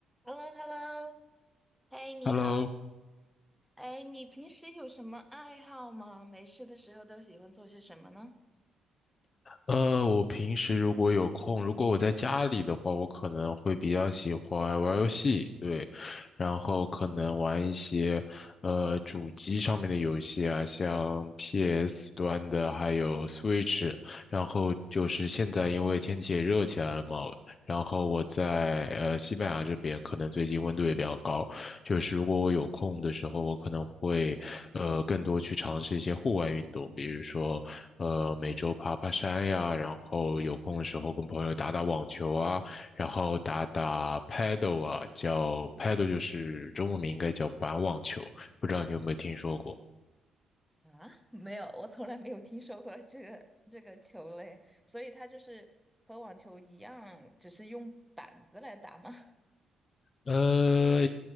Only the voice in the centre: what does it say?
h e l l o h e l l o 嘿，你好。
哎，你平时有什么爱好吗？没事的时候都喜欢做些什么呢？
啊，没有，我从来没有听说过这个这个球类，所以它就是和网球一样，只是用板子来打吗？<laughs>